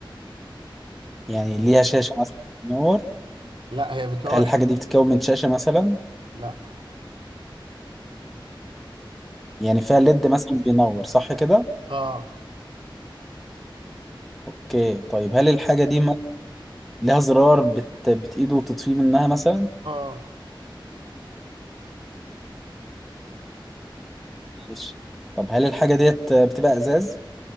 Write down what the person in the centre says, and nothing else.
يعني ليها شاشة مثلا بتنور
هل الحاجة
دي بتتكون من شاشة مثلا
يعني فيها ليد مثلا بينور صح كده
اوكي طيب هل الحاجة دي مث- ليها زرار بت... بتإيده وتطفيه منها مثلا
ماشي طب هل الحاجة ديت بتبقى ازاز